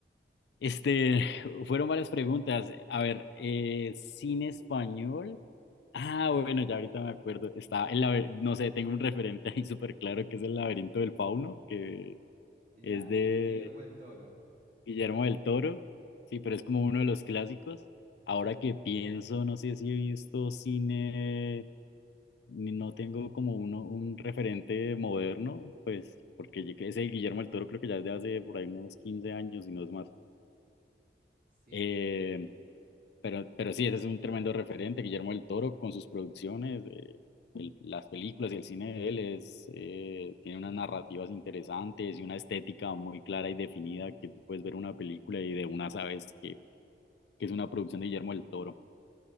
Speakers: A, on the left; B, on the right.
A: Este, <laughs> fueron varias preguntas. A ver, eh, cine español. Ah, bueno, ya ahorita me acuerdo. Está el laber- no sé, tengo un referente ahí súper claro que es El laberinto del fauno, que
B: Ya,
A: es de
B: Gui- Guillermo del Toro.
A: Guillermo del Toro. Sí, pero es como uno de los clásicos. Ahora que pienso, no sé si he visto cine. ni- no tengo como uno, un referente moderno, pues porque yo que ese Guillermo del Toro creo que ya es de hace por ahí unos 15 años y no es más.
B: Sí,
A: Eh, pero, pero sí, ese es un tremendo referente, Guillermo del Toro con sus producciones, eh, el- las películas y el cine de él es, eh, tiene unas narrativas interesantes y una estética muy clara y definida que tú puedes ver una película y de una sabes que, que es una producción de Guillermo del Toro.